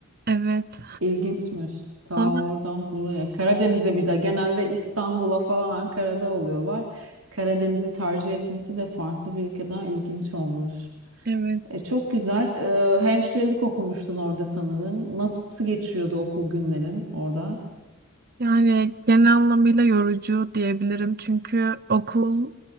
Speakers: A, on the right; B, on the right.
A: Evet.
B: ilginçmiş. Ta
A: Onlar,
B: oradan buraya. Karadeniz'e bir de genelde İstanbul'a falan Ankara'da oluyorlar. Karadeniz'i tercih etmesi de farklı bir ülkeden ilginç olmuş.
A: evet.
B: E, çok güzel. E, hemşirelik okumuştun orada sanırım. Nasıl geçiyordu okul günlerin orada?
A: Yani genel anlamıyla yorucu diyebilirim. Çünkü okul,